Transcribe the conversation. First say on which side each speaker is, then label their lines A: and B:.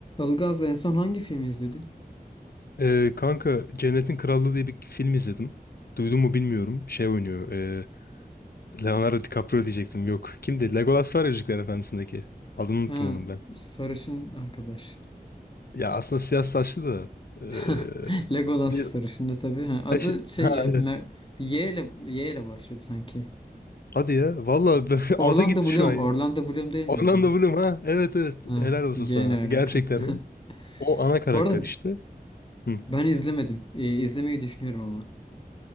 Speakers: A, on the left (about 30°); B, on the left (about 70°).
A: Ilgaz en son hangi filmi izledin?
B: Ee, kanka Cennetin Krallığı diye bir film izledim. Duydun mu bilmiyorum. Şey oynuyor. e, Leonardo DiCaprio diyecektim. Yok. Kimdi? Legolas var ya Yüzükler Efendisi'ndeki. Adını unuttum
A: Ha,
B: onun ben.
A: sarışın arkadaş.
B: Ya aslında siyah saçlı da. ee,
A: <laughs> Legolas
B: bir-
A: sarışındı tabii. Ha, adı
B: Ha, şey-
A: şey
B: ha,
A: ya
B: evet.
A: Mer- Y ile Y ile başladı sanki.
B: Hadi ya. Valla ben- <laughs>
A: Orlando
B: aldı gitti
A: Bloom,
B: şu an ya.
A: Orlando Bloom değil
B: Orlando
A: miydi ya?
B: Bloom ha. Evet evet.
A: Ha,
B: Helal olsun
A: Y
B: sana.
A: ne alaka?
B: Gerçekten o. O
A: <laughs>
B: ana karakter
A: Bu arada
B: işte. Hı.
A: ben izlemedim. Ee, izlemeyi düşünüyorum ama